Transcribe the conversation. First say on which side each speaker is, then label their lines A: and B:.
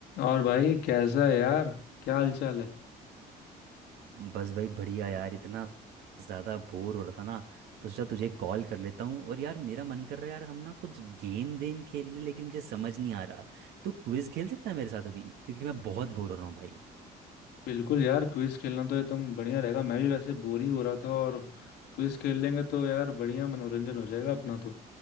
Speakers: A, on the left; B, on the right.
A: और भाई कैसा है यार क्या हालचाल है
B: बस भाई बढ़िया यार इतना ज़्यादा बोर हो रहा था ना तो सोचा तुझे कॉल कर लेता हूँ और यार मेरा मन कर रहा है यार हम ना कुछ गेम वेम खेल लें लेकिन मुझे समझ नहीं आ रहा तो क्विज खेल सकता है मेरे साथ अभी क्योंकि मैं बहुत बोर हो रहा हूँ भाई
A: बिल्कुल यार क्विज खेलना तो ये तुम बढ़िया रहेगा मैं भी वैसे बोर ही हो रहा था और क्विज खेल लेंगे तो यार बढ़िया मनोरंजन हो जाएगा अपना तो